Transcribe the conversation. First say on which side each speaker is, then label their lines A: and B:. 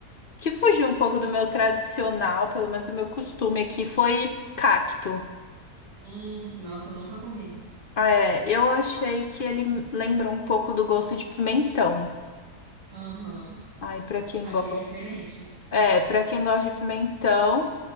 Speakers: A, on the left; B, on the right.
A: que fugiu um pouco do meu tradicional, pelo menos o meu costume aqui, foi cacto.
B: Uhum. Nossa, eu nunca comi.
A: Ah, É, eu achei que ele lembra um pouco do gosto de pimentão.
B: Aham.
A: Aí pra quem
B: Achei
A: gosta.
B: diferente.
A: É, pra quem gosta de pimentão,